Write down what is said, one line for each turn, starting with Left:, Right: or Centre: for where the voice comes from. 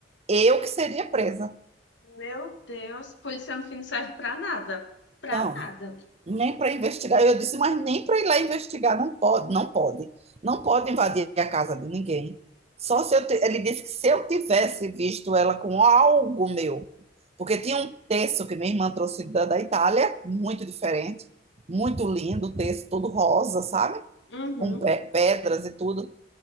Right: eu que seria presa.
Left: meu Deus, polícia no fim não serve pra nada. Pra
Right: Não,
Left: nada.
Right: nem para investigar. Eu disse, mas nem para ir lá investigar, não pode, não pode. Não pode invadir a casa de ninguém. Só se eu, ti- ele disse que se eu tivesse visto ela com algo meu, Porque tinha um texto que minha irmã trouxe da, da Itália, muito diferente, muito lindo, o texto todo rosa, sabe?
Left: Uhum.
Right: Com pe- pedras e tudo.